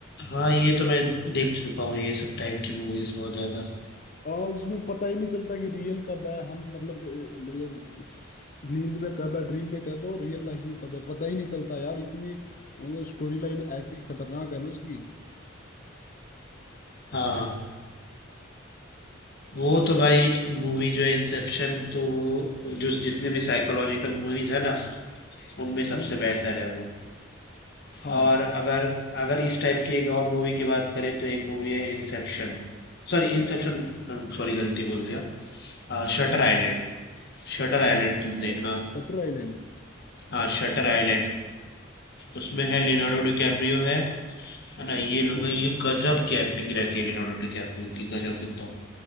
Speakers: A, on the left; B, on the left.
A: हाँ ये तो मैं देख चुका हूँ ये सब टाइप की मूवीज बहुत ज्यादा
B: और उसमें पता ही नहीं चलता कि रियल कब है हम मतलब अ, मतलब इस नींद में कब है ड्रीम में कब है और रियल लाइफ में कब है पता ही नहीं चलता यार इतनी मतलब स्टोरी लाइन ऐसी खतरनाक है ना उसकी
A: हाँ वो तो भाई मूवी जो है इंसेप्शन तो वो जो जितने भी साइकोलॉजिकल मूवीज है ना उनमें
B: हम्म
A: सबसे बेहतर है वो
B: हाँ
A: और अगर अगर इस टाइप की एक और मूवी की बात करें तो एक मूवी है इंसेप्शन सॉरी इंसेप्शन सॉरी गलती बोल दिया शटर
B: हम्म
A: आइलैंड शटर आइलैंड तुम
B: स-
A: देखना
B: सटर आइलैंड
A: हाँ शटर आइलैंड उसमें है लियोनार्डो डिकैप्रियो है है ना ये लोग
B: हम्म
A: हैं, ये गजब की एक्टिंग रहती है लियोनार्डो डिकैप्रियो की गजब एकदम